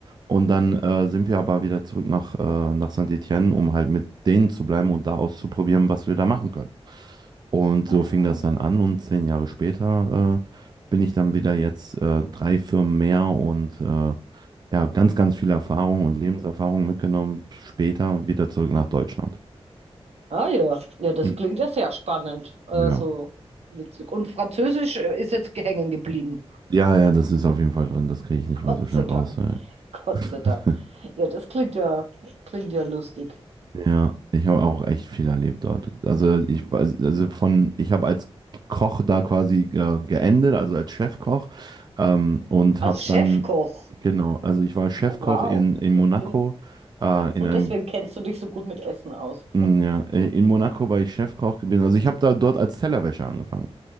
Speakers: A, on the right (about 40°); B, on the right (about 80°).
A: Und dann äh, sind wir aber wieder zurück nach, äh, nach Saint-Étienne, um halt mit denen zu bleiben und da auszuprobieren, was wir da machen können. Und
B: Ah.
A: so fing das dann an und zehn Jahre später äh, bin ich dann wieder jetzt äh, drei Firmen mehr und äh, ja, ganz, ganz viel Erfahrung und Lebenserfahrung mitgenommen, später wieder zurück nach Deutschland.
B: Ah ja, ja, das
A: Mhm.
B: klingt ja sehr spannend. Also
A: Ja.
B: witzig. Und Französisch äh, ist jetzt hängen geblieben.
A: Ja, ja, das ist auf jeden Fall drin, das kriege ich nicht
B: Gott
A: mehr so schnell
B: sei
A: raus.
B: Dank.
A: Ey.
B: Gott
A: <laughs>
B: sei Dank. Ja, das klingt ja, klingt ja lustig.
A: Ja, ich habe auch echt viel erlebt dort. Also ich weiß, also von, ich habe als Koch da quasi äh, geendet, also als Chefkoch ähm, und
B: Als
A: habe
B: Chefkoch.
A: dann, genau, also ich war Chefkoch
B: Oh, wow.
A: in, in Monaco,
B: Okay.
A: äh,
B: Ach so,
A: in einem,
B: deswegen kennst du dich so gut mit Essen aus.
A: mm, ja, äh, in Monaco war ich Chefkoch gewesen. Also ich habe da dort als Tellerwäscher angefangen